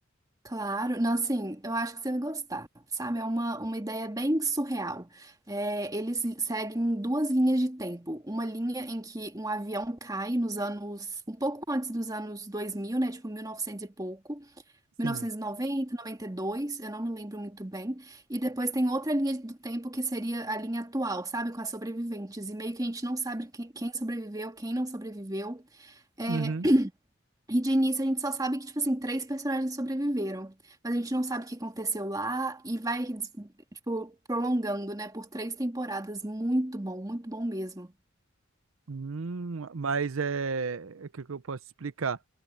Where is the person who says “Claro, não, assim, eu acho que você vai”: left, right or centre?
Right